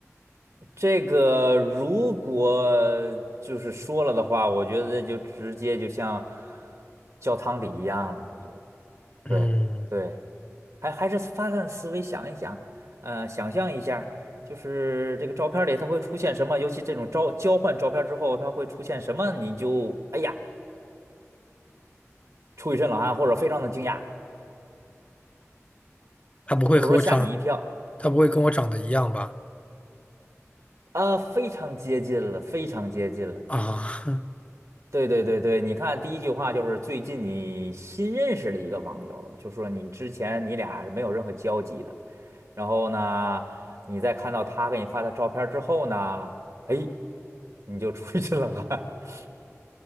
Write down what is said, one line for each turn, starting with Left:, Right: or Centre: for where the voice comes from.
Right: 这个如果就是说了的话，我觉得就直接就像浇汤底一样了。我觉得，
Left: 嗯，
Right: 对对，还还是发散思维想一想，呃，想象一下，就是这个照片里它会出现什么，尤其这种招交换照片之后，它会出现什么，你就哎呀出一身冷汗，或者非常的惊讶，
Left: 他不会和我长，
Right: 或者说吓你一跳
Left: 他不会跟我长得一样吧？
Right: 啊，非常接近了，非常接近了。
Left: 啊，
Right: 对对对对，你看第一句话就是最近你新认识了一个网友，就说你之前你俩是没有任何交集的，然后呢，你在看到他给你发的照片之后呢，哎，你就出一身冷汗。<laughs>